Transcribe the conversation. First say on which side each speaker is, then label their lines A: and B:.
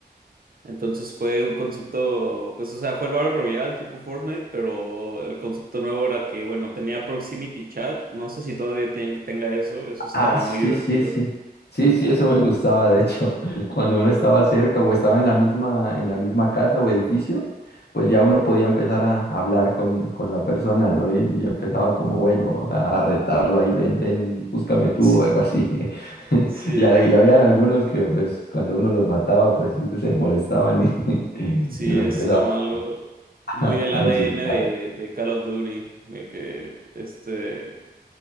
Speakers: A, on the right; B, on the left.
A: Entonces fue un concepto, pues, o sea, fue el Battle Royale tipo Fortnite, pero el concepto nuevo era que, bueno, tenía Proximity Chat. No sé si todavía tien- tenga eso. Eso está
B: Ah, sí,
A: muy divertido.
B: sí, sí.
A: <laughs>
B: Sí, sí, eso me gustaba, de hecho, <laughs> cuando uno estaba cerca o estaba en la misma, en la misma casa o edificio, pues ya uno podía empezar a hablar con, con la persona, ¿no? Y, ya empezaba como, bueno, a retarlo ahí, ven, ven, búscame tú
A: Sí,
B: o algo así. <laughs>
A: sí,
B: Ya, ya habían algunos que, pues, cuando uno los mataba, pues sí se molestaban y, <laughs> y
A: sí,
B: lo
A: es
B: empezaba
A: como algo
B: <laughs>
A: muy del
B: a
A: ADN
B: insultar.
A: de, de Call of Duty, de que este.